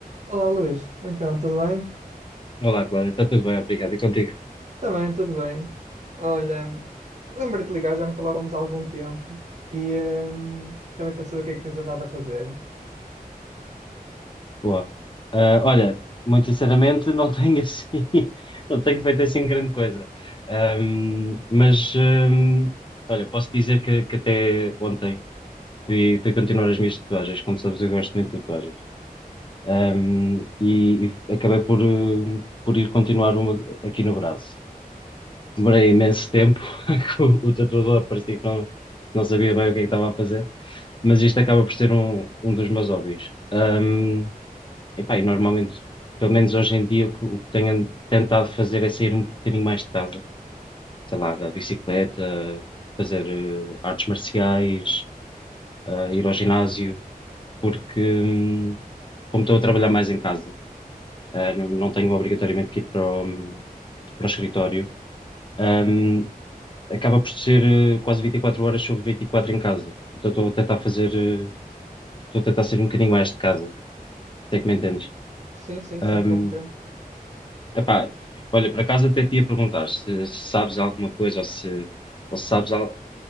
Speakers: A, on the right (about 50°); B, on the left (about 35°).
A: Olá, Luís. Então, tudo bem?
B: Olá, Cláudia, está tudo bem, obrigado. E contigo?
A: Também, tudo bem. Olha, lembrei-te de ligar, já não falávamos há algum tempo e hum, também para saber o que é que tens andado a fazer.
B: Boa. Ah, olha, muito sinceramente, não tenho assim, <laughs> não tenho feito assim grande coisa. Ahm, mas, ahm, olha, posso dizer que, que até ontem fui, fui continuar as minhas tatuagens. Como sabes, eu gosto muito de tatuagens. Ahm, e, e acabei por, ah, por ir continuar uma aqui no braço. Demorei imenso tempo, <laughs> que o o tatuador parecia que não, não sabia bem o que é que estava a fazer, mas isto acaba por ser um, um dos meus hobbies. Ahm, Epá, e normalmente, pelo menos hoje em dia, o que, o que tenho an- tentado fazer é sair um bocadinho mais de casa. Sei lá, da bicicleta, fazer eh, artes marciais, eh, ir ao ginásio, porque hum, como estou a trabalhar mais em casa, eh, não, não tenho obrigatoriamente que ir para o, hum, para o escritório, hum, acaba por ser eh, quase 24 horas sobre 24 em casa. Então estou a tentar fazer, eh, estou a tentar sair um bocadinho mais de casa, se
A: É.
B: é que me entendes.
A: Sim, sim,
B: Hum,
A: sim, compreendo.
B: Epá, olha, por acaso até te ia perguntar se, se sabes alguma coisa ou se, ou se sabes al-